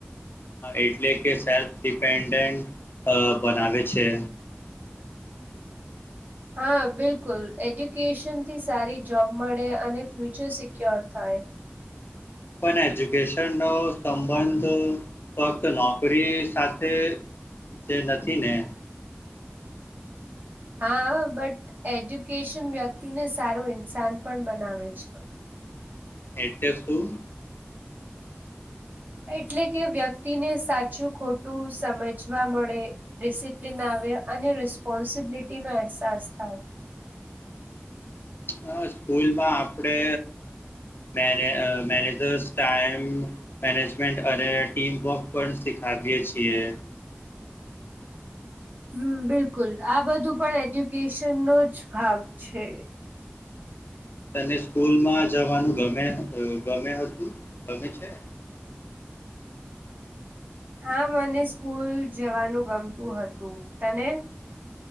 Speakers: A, on the left; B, on the right.
A: એટલે કે, સેલ્ફ ડિપેન્ડન્ટ બનાવે છે.
B: હા, બિલકુલ. એજ્યુકેશન થી સારી જોબ મળે અને ફ્યુચર સિક્યોર થાય.
A: પણ એજ્યુકેશન નો સંબંધ ફક્ત નોકરી સાથે તે જે નથી ને.
B: હા, બટ. એજ્યુકેશન વ્યક્તિને સારું ઇન્સાન પણ બનાવે છે.
A: એટલે શું?
B: એટલે કે વ્યક્તિને સાચું ખોટું સમજવા મળે. ડિસિપ્લિન આવે અને રિસ્પોન્સિબિલિટી નો અહેસાસ થાય.
A: હ, સ્કૂલમાં આપડે મે મેનેજર્સ ટાઈમ. મેનેજમેન્ટ અને ટીમ વર્ક પણ શીખાવીએ છીએ.
B: હમ, બિલકુલ. આ બધું પણ એજ્યુકેશન નો જ ભાગ છે.
A: તને સ્કૂલમાં જવાનું ગમે? ગમે હતું? ગમે છે?
B: હા, મને સ્કૂલ જવાનું ગમતું હતું. તને?